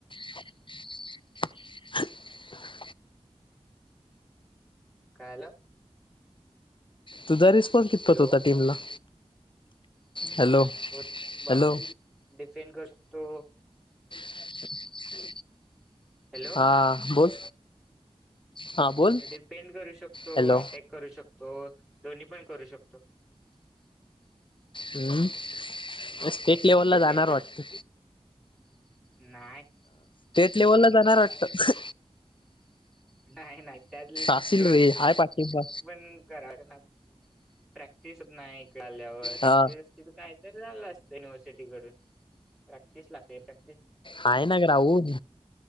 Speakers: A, on the left; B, in the centre.
A: <unintelligible> ह..
B: काय झालं?
A: तुझा रिस्पॉन्स कितपत
B: हॅलो
A: होता टीमला? हॅलो
B: होता बरा,
A: हॅलो
B: डिफेंन करू शकतो,
A: <unintelligible>
B: हॅलो
A: हा बोल... हा बोल
B: डिफेंड करू शकतो,
A: हॅलो
B: अटॅक करू शकतो, दोन्ही पण करू शकतो...
A: हम्म स्टेट लेवल ला
B: डिपेंड
A: जाणार वाटतं.
B: नाहीय...
A: लेवल ला जाणार वाटतं...
B: नाही नाही त्यात
A: असेल
B: दोन्ही
A: रे हाय पाठिंबा
B: पण करा ना.. प्रॅक्टिस नाही इकड आल्यावर प्रॅक्टिस
A: हा
B: असती तर काय तर झालं असत.. युनिव्हर्सिटी कडून प्रॅक्टिस लागते प्रॅक्टि..
A: हेाय ना ग्राउंड